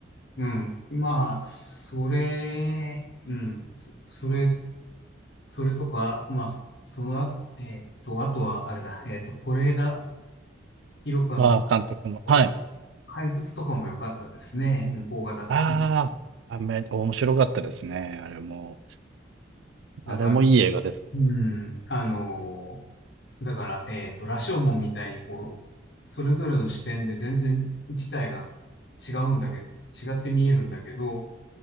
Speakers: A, on the left; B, on the right.
A: うん。まあ、それ、うん、そ、それ、それとか、まあ、そのあ、えーと、あとはあれだ、えーと、是枝裕和監督
B: あ、監督の。
A: の
B: はい。
A: 怪物とかも良かったですね、うん邦画だと。
B: ああ、あめ、面白かったですね。あれも。
A: だから、
B: あれもいい映画ですね。
A: うん、あのーだから、えっと、羅生門みたいにこう、それぞれの視点で全然事態が違うんだけど、違って見えるんだけど、